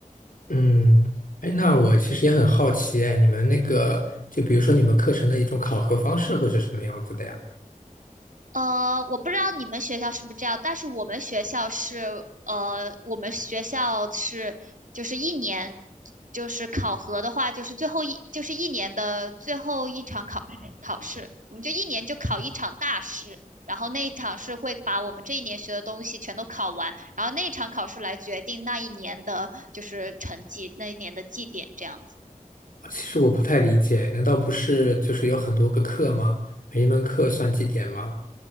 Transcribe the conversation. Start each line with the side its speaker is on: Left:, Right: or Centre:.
Left: 嗯，哎，那我其实也很好奇，哎，你们那个，就比如说你们课程的一种考核方式会是什么样子的呀？
Right: 呃，我不知道你们学校是不是这样，但是我们学校是，呃，我们学校是，就是一年，就是考核的话，就是最后一，就是一年的最后一场考考试，我们就一年就考一场大试，然后那一场是会把我们这一年学的东西全都考完，然后那一场考试来决定那一年的就是成绩，那一年的绩点这样子。
Left: 其实我不太理解，难道不是就是有很多个课吗？每一门课算绩点吗？